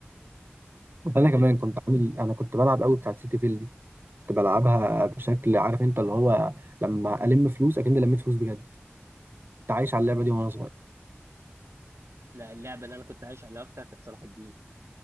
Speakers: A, on the right; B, on the right.
A: انا
B: <laughs>
A: كمان كنت عامل انا كنت بلعب قوي بتاعت سيتي فيل دي كنت بلعبها بشكل عارف انت اللي هو لما الم فلوس اكن لميت فلوس بجد كنت عايش على اللعبة دي وانا صغير
B: لا اللعبة اللي انا كنت عايش عليها اكتر كانت صلاح الدين